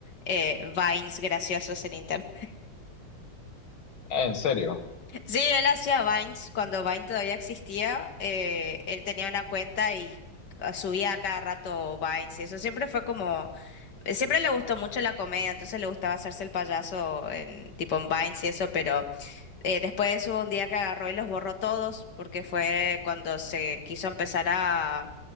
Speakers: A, on the left (about 60°); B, on the left (about 85°).
A: eh, Vines graciosos en internet.
B: Ah, ¿En serio?
A: <laughs> Sí, él hacía Vines, cuando Vine todavía existía, eh, él tenía una cuenta y ca- subía a cada rato Vines, y eso siempre fue como, eh, siempre le gustó mucho la comedia, entonces le gustaba hacerse el payaso en tipo en Vines y eso, pero... Eh, después hubo un día que agarró y los borró todos, porque fue cuando se quiso empezar a...